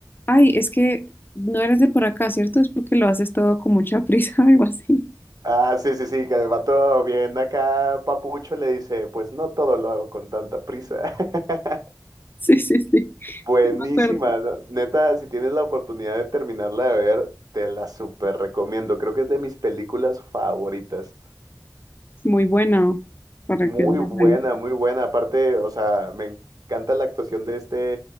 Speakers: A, on the left (about 30°); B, on the right (about 55°).
A: Ay, es que no eres de por acá, ¿cierto? Es porque lo haces todo con mucha prisa <laughs> algo así.
B: Ah, sí, sí, sí, que el vato bien acá, papucho, le dice, pues no todo lo hago con tanta prisa. <laughs>
A: Sí, sí, sí.
B: Buenísima,
A: sí, Me acuerdo.
B: ¿no? Neta, si tienes la oportunidad de terminarla de ver, te la súper recomiendo. Creo que es de mis películas favoritas.
A: Es muy buena. ¿Para
B: Muy
A: qué es muy
B: buena,
A: buena?
B: muy buena. Aparte, o sea, me encanta la actuación de este,